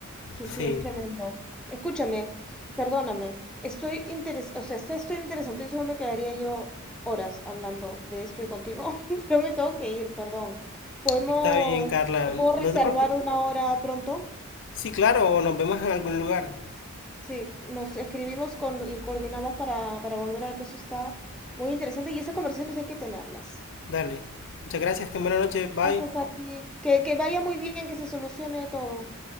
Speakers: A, in the centre; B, on the left (about 60°).
A: Sí,
B: sí.
A: sí, es tremendo. Escúchame, perdóname. Estoy interes, o sea, está estoy interesante y solo me quedaría yo horas hablando de esto y contigo, <laughs> pero me tengo que ir, perdón. ¿Podemos,
B: Está bien, Carla,
A: te puedo reservar
B: no te preocupes.
A: una hora pronto?
B: Sí, claro, o nos vemos en algún lugar.
A: Sí, nos escribimos con, y coordinamos para, para volver a ver que eso está muy interesante y esas conversaciones hay que tenerlas.
B: Dale. Muchas gracias, ten buena noche, bye.
A: Gracias a ti. Que, que vaya muy bien, que se solucione todo.